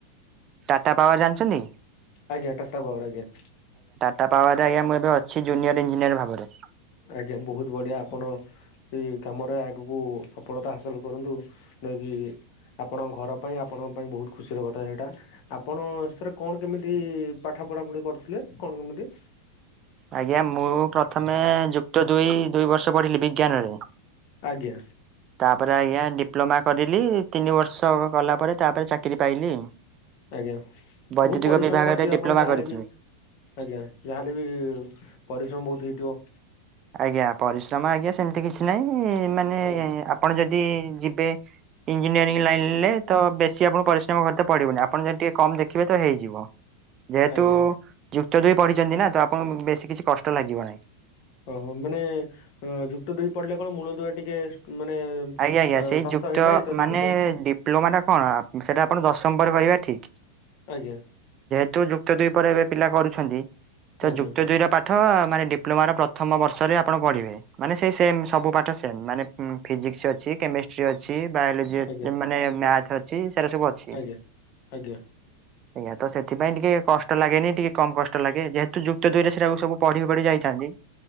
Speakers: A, on the right; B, on the left.
A: ଟାଟା ପାୱାର ଜାଣିଚନ୍ତି?
B: ଆଜ୍ଞା ଟାଟା ପାୱାର ଆଜ୍ଞା।
A: ଟା ପାୱାର ରେ ଆଜ୍ଞା ମୁଁ ଏବେ ଅଛି ଜୁନିୟର ଇଞ୍ଜିନିଅର ଭାବରେ।
B: ଆଜ୍ଞା ବୋହୁତ ବଢିଆ ଆପଣ। ଏଇ କାମରେ ଆଗକୁ ସଫଳତା ହାସଲ କରନ୍ତୁ। <unintelligible> ଆପଣଙ୍କ ଘର ପାଇଁ ଆପଣଙ୍କ ପାଇଁ ବୋହୁତ ଖୁସିର କଥା ସେଇଟା ଆପଣ ସାରେ କଣ କେମିତି ପାଠ ପଢାପଢି କରୁଥିଲେ କଣ କେମିତି?
A: ଆଜ୍ଞା ମୁଁ ପ୍ରଥମେ ଯୁକ୍ତ ଦୁଇ ଦୁଇ ବର୍ଷ ପଢିଲି ବିଜ୍ଞାନରେ ତା
B: ଆଜ୍ଞା
A: ତାପରେ ଆଜ୍ଞା ଡିପ୍ଲୋମା କରିଲି ତିନି ବର୍ଷ ଗଲା ପରେ ତାପରେ ଚାକିରି ପାଇଲି।
B: ଆଜ୍ଞା ବୋହୁତ
A: ବୈଦ୍ୟୁତିକ
B: ପରିଶ୍ରମ
A: ବିଭାଗରେ
B: କରିଥିବେ ଆପଣ
A: ଡିପ୍ଲୋମା
B: ଯାହାହେଲେ
A: କରିଥିଲି।
B: ବି ଆଜ୍ଞା ଯାହା ହେଲେ ବି ପରିଶ୍ରମ ବହୁତ ହେଇଥିବ।
A: ଆଜ୍ଞା ପରିଶ୍ରମ ଆଜ୍ଞା ସେମିତି କିଛି ନାଇ। ଇ ମାନେ
B: ଆଜ୍ଞା।
A: ଆପଣ ଯଦି ଯିବେ ଇଞ୍ଜିନିୟରିଂ ଲାଇନ ଲେ ତ ବେଶୀ ଆପଣକୁ ପରିଶ୍ରମ କରିତେ ପଡ଼ିବନି ଆପଣ ଯଦି ଟିକେ କମ୍ ଦେଖିବେ ତ ହେଇଯିବ। ଯେହେତୁ
B: ଆଜ୍ଞା
A: ଯୁକ୍ତ ଦୁଇ ପଢିଛନ୍ତି ନା ତ ଆପଣଙ୍କୁ ବେଶୀ କିଛି କଷ୍ଟ ଲାଗିବ ନାହିଁ।
B: ଓହୋ ମାନେ ଅ ଯୁକ୍ତ ଦୁଇ ପଢିଲେ କଣ ମୂଳ ଦୁଆ ଟିକେ ମାନେ
A: ଆଜ୍ଞା ଆଜ୍ଞା
B: ଅ
A: ସେଇ
B: ଶକ୍ତ
A: ଯୁକ୍ତ
B: ହେଇଥାଏ ତ ସେଥିପାଇଁ
A: ମାନେ ଡିପ୍ଲୋମା ଟା କଣ ସେଟା ଆପଣ ଦଶମ ପରେ କରିବା ଠିକ୍।
B: ଆଜ୍ଞା।
A: ଯୋଉ ଯୁକ୍ତ ଦୁଇ ପରେ ଏବେ ପିଲା କରୁଛନ୍ତି, ତ
B: ଆଜ୍ଞା
A: ଯୁକ୍ତ ଦୁଇର ପାଠ ମାନେ ଡିପ୍ ଡିପ୍ଲୋମାର ପ୍ରଥମ ବର୍ଷରେ ଆପଣ ପଢ଼ିବେ ମାନେ ସେଇ ସେମ୍ ସବୁ ପାଠ ସେମ୍ ମାନେ ଉଁ ଫିଜିକ୍ସ ଅଛି କେମେଷ୍ଟ୍ରି ଅଛି ବାୟୋଲୋଜି ଅ
B: ଆଜ୍ଞା
A: ମାନେ ମ୍ୟାଥ୍ ଅଛି ସେରା ସବୁ ଅଛି।
B: ଆଜ୍ଞା ଆଜ୍ଞା।
A: ଆଜ୍ଞା ତ ସେଥିପାଇଁ ଟିକେ କଷ୍ଟ ଲାଗେନି ଟିକେ କମ କଷ୍ଟ ଲାଗେ ଯେହେତୁ ଯୁକ୍ତ ଦୁଇରେ ସେରାକୁ ସବୁ ପଢ଼ି ପଢ଼ି ଯାଇଥାନ୍ତି।